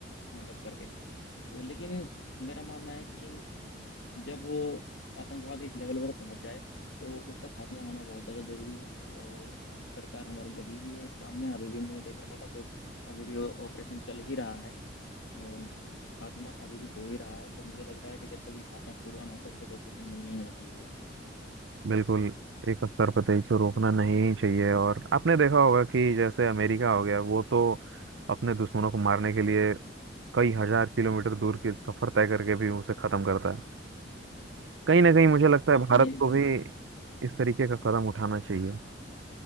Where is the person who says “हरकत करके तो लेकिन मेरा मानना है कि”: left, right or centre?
Left